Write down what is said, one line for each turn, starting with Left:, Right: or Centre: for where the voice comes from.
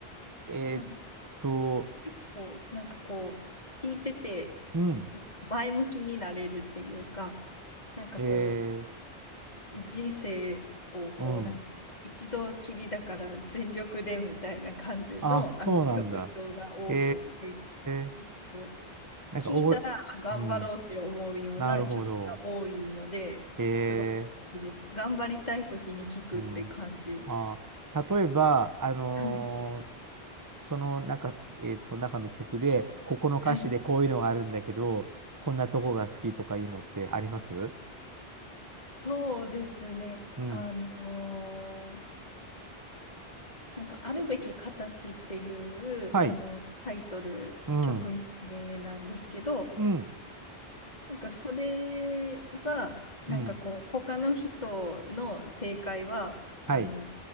Right: えーっ
Left: そうです。
Right: と、
Left: 結構なんかこう、聞いてて、
Right: うん。
Left: なんか前向きになれるっていうか、なんかこ
Right: えー、
Left: う、人生をこう、
Right: うん。
Left: なんか一度きりだから全力でみたいな感じの、
Right: あ、
Left: あの曲調が多くて、
Right: そうなんだ。へえ、
Left: なんかこう聞いたらあ頑張ろうって思うような曲が多いので、
Right: なんかお、うん。なるほど。へ
Left: すごい好きです。
Right: え、
Left: 頑張りたい時に聞くって感じ。
Right: うん。あ、例えば、あのー
Left: はい。
Right: その中、えーその中の曲で、ここの歌詞でこういうのがあるんだけど、
Left: はい。
Right: こんなとこが好きとかいうのってあります
Left: そうですね。
Right: うん。
Left: あのーなんか、あるべき形ってい
Right: はい。
Left: う、あの、タイトル、
Right: うん。
Left: 曲名なんですけど、
Right: うん。
Left: なんかそれは、なんかこう、
Right: うん。
Left: 他の人の正解は、
Right: はい。
Left: あの、